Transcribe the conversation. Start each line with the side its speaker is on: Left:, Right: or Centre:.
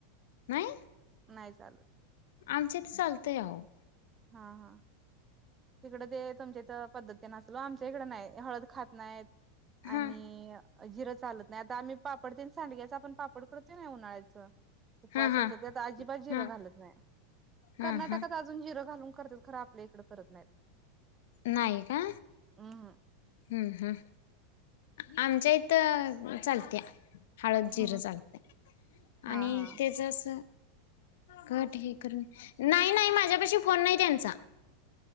Left: नाही
Right: नाही. चाल
Left: आमच्या इथे चालतय आवो.
Right: हा हा. तिकडं ते तुमच्या इथं पद्धत तेन असल, आमच्या इकडं नाही हळद खात नाहीत. आणि
Left: हा
Right: जिरं चालत नाही, आणि आता आम्ही पापड तेन सांडग्याच आपण पापड करतो नाही उन्हाळ्यात च उपवासाचं
Left: हा हा
Right: त्यात अजिबात जिर
Left: हा
Right: घालत नाही, कर्नाटकात
Left: हा हा
Right: अजून जिरं घालून करत्यात खर आपल्या इकड करत नाहीत.
Left: नाही का?
Right: हा.
Left: हम हम आमच्या इथं चालत्या हळद, जिरं
Right: हं
Left: चालतंय
Right: हा
Left: आणि
Right: हा
Left: त्याच अस कट हे करून नाही नाही, माझ्या पशी फोन नाही त्यांचा.